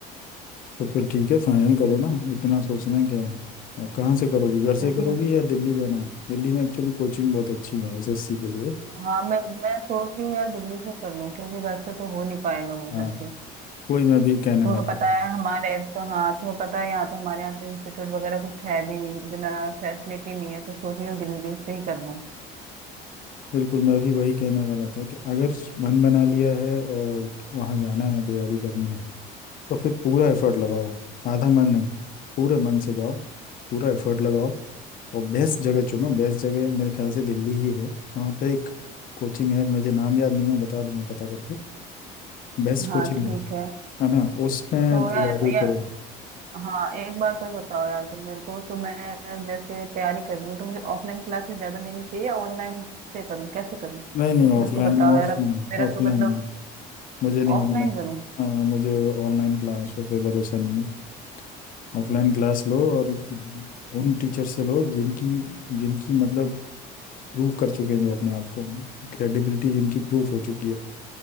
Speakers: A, on the left; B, on the right.
A: तो फिर ठीक है फाइनल करो ना इतना सोचना क्या है और कहाँ से करोगी घर से
B: तो इसमें
A: करोगी या दिल्ली जाना है दिल्ली में एक्चुअली कोचिंग बहुत अच्छी है एसएससी के लिए
B: हाँ मैं मैं सोच रही हूँ यार दिल्ली से कर लूँ क्योंकि घर से तो हो नहीं पाएगा वो उधर
A: हाँ
B: से
A: वही मैं भी कहने
B: तुम्हें
A: वाला
B: पता
A: था
B: है हमारे तो हाँ तुम्हें पता है यहाँ तो हमारे यहाँ तो इंस्टीट्यूट वगैरह कुछ है भी नहीं इतना फैसिलिटी नहीं है तो सोच रही हूँ दिल्ली से ही कर लूँ
A: बिल्कुल मैं भी वही कहने वाला था कि अगर मन बना लिया है और वहाँ जाना है तैयारी करनी है तो फिर पूरा एफर्ट लगाओ आधा मन नहीं पूरे मन से जाओ पूरा एफर्ट लगाओ और बेस्ट जगह चुनो बेस्ट जगह मेरे ख्याल से दिल्ली ही है वहाँ पे एक कोचिंग है मुझे नाम याद नहीं मैं बता दूंगा पता करके बेस्ट
B: हाँ
A: कोचिंग
B: ठीक
A: है
B: है
A: है ना उसमें
B: तो
A: तैयारी
B: यार यार
A: करो
B: हाँ एक बात और बताओ यार तुम मेरे को तो मैं जैसे तैयारी कर रही हूँ तो मुझे ऑफलाइन क्लासेस ज्यादा लेनी चाहिए या ऑनलाइन से करूँ कैसे करूँ
A: नहीं नहीं
B: कुछ
A: ऑफलाइन
B: मेरे को बताओ
A: ऑफलाइन
B: यार अब मेरा
A: ऑफलाइन
B: तो मतलब
A: मुझे नहीं
B: ऑफलाइन
A: ऑनलाइन
B: करूँ
A: हाँ, मुझे ऑनलाइन क्लासों पे भरोसा नहीं है ऑफलाइन क्लास लो और उन टीचर से लो जिनकी जिनकी मतलब प्रूव कर चुके हैं जो अपने आप को क्रेडिबिलिटी जिनकी प्रूफ हो चुकी है